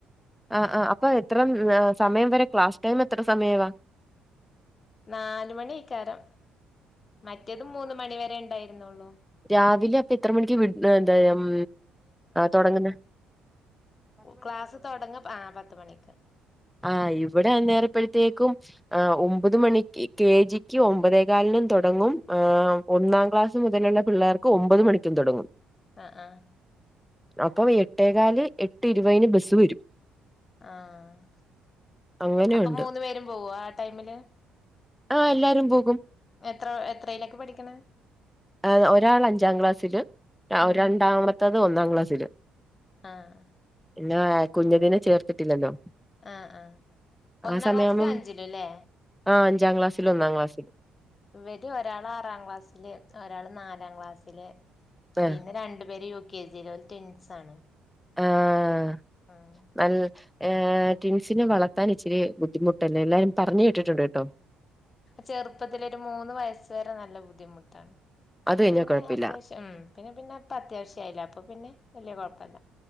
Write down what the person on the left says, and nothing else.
നാല മണിക്കാരം മറ്റേത് മൂന്ന് മണി വരെ ഇണ്ടായിരുന്നുള്ളൂ
ക്ലാസ്സ് തുടങ്ങ ആ പത്ത് മണിക്ക്
ആഹ് ആഹ്
ആഹ്
അപ്പൊ മൂന്ന് പേരും പോവോ ആ ടൈമില്?
എത്ര എത്രയിലെക്കെ പഠിക്കെണെ?
ഉം
ആഹ്
ആഹ് ആഹ് ഒന്നാം
ക്ലാസ്സിലും അഞ്ചിലു ല്ലേ
ആഹ്
ഇവര് ഒരാളാറാം ക്ലാസ്സില് ഒരാള് നാലാം ക്ലാസ്സില്
പിന്നെ രണ്ടു പേര് യു കെ ജിയില് ഓര് ടി ൻസ് ആണ്
ഉം
ചെറുപ്പത്തിലൊരു മൂന്ന് വയസ്സ് വരെ നല്ല ബുദ്ധിമുട്ടാണ് അപ്പൊ
പിന്നെ
അത്യാവശ്യം ആ പിന്നെ പിന്നെ അപ്പ അത്യാവശ്യയില്ലെ അപ്പൊ പിന്നെ വല്യ കുഴപ്പല്ല